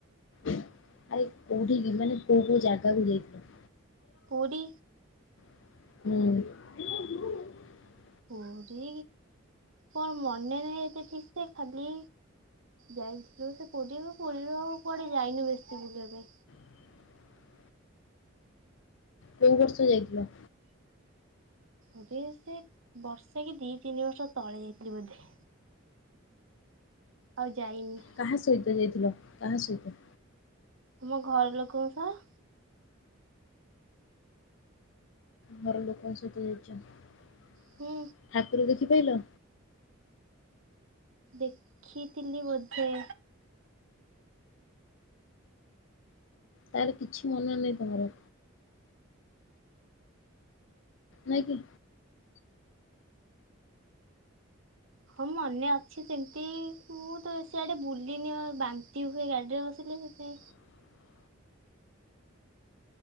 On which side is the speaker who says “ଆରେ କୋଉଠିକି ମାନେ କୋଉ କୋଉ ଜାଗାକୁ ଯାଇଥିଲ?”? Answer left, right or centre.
Left